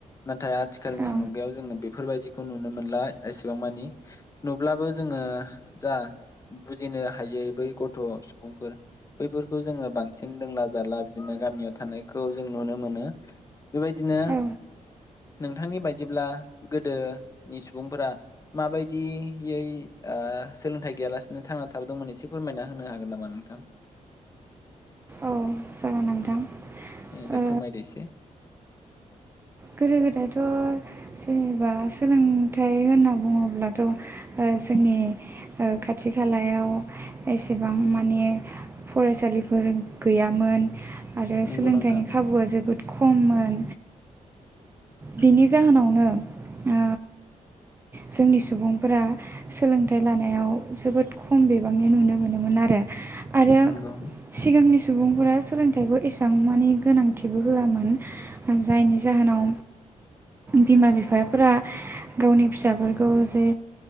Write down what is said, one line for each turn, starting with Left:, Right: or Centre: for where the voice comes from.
Left: नाथाय आथिखालनि
Right: औ
Left: मुगायाव जोङो बेफोरबायदिखौ नुनो मोनला एसेबां मानि नुब्लाबो जोङो जा बुजिनो हायो बै गथ' सुबुंफोर बैफोरखौ जोङो बांसिन दोंला जाला बिदिनो गामियाव थानायखौ जों नुनो मोनो। बेबायदिनो
Right: औ
Left: नोंथांनि बायदिब्ला गोदोनि सुबुंफोरा माबायदियै सोलोंथाइ गैयालासिनो थांना थाबोदोंमोन एसे फोरमायना होनो हागोन नामा नोंथां?
Right: औ जागोन नोंथां
Left: ए दे
Right: ओ
Left: फोरमायदो एसे
Right: गोदो गोदायथ' जेनेबा सोलोंथाइ होनना बुङोब्लाथ' जोंनि खाथि खालायाव एसेबां मानि फरायसालिफोर गैयामोन आरो
Left: नंगौ
Right: सोलोंथाइनि
Left: नोंथां
Right: खाबुआ जोबोद खममोन बिनि जाहोनावनो ओ जोंनि सुबुंफोरा सोलोंथाइ लानायाव जोबोद खम बिबांनि नुनो मोनोमोन आरो आरो
Left: नंगौ
Right: सिगांनि सम सुबुंफोरा सोलोंथाइखौ एसेबां मानि गोनांथिबो होआमोन जायनि जाहोनाव बिमा बिफाफोरा गावनि फिसाफोरखौ जे